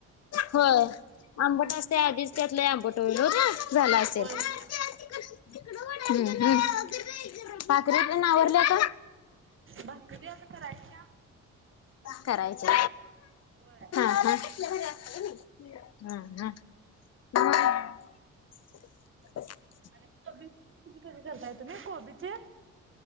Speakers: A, on the left (about 55°); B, on the right (about 40°).
A: होय आंबट असते आधीच त्यातले आंबट होईल ओ ते <unintelligible> झाला असेल
B: होय होय
A: <unintelligible> भाकऱ्या तेन आवरल्या का
B: भाकरी आता करायच्या
A: कराय <unintelligible>
B: होय.
A: हम हम् हम <unintelligible> <unintelligible>
B: आणि कोबीचे म्हणजे कसे करताय तुम्ही कोबीचे